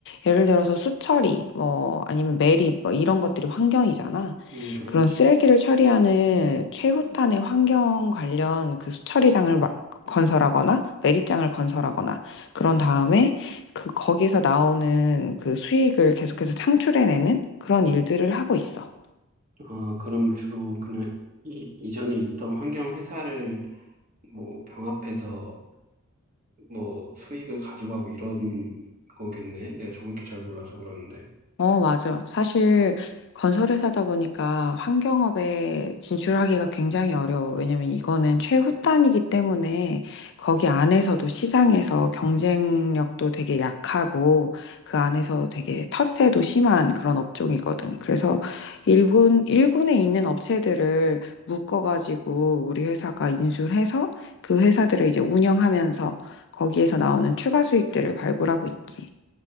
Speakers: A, on the left; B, on the right.
A: 예를 들어서 수처리 뭐 아니면 매립 뭐 이런 것들이 환경이잖아.
B: 음, 그렇지.
A: 그런 쓰레기를 처리하는 최후단의 환경 관련 그 수처리장을 마- 건설하거나 매립장을 건설하거나 그런 다음에 그 거기서 나오는 그 수익을 계속해서 창출해내는 그런 일들을 하고 있어.
B: 아, 그럼 주로 그냥 이, 이전에 있던 환경 회사를 뭐 병합해서 뭐 수익을 가져가고 이런 거겠네. 내가 정확히 잘 몰라서 그러는데.
A: 어, 맞아. 사실 건설회사다 보니까 환경업에 진출하기가 굉장히 어려워. 왜냐면 이거는 최후단이기 때문에 거기 안에서도 시장에서 경쟁력도 되게 약하고 그 안에서 되게 텃세도 심한 그런 업종이거든. 그래서 일군, 일군에 있는 업체들을 묶어가지고 우리 회사가 인수를 해서 그 회사들을 이제 운영하면서 거기에서 나오는 추가 수익들을 발굴하고 있지.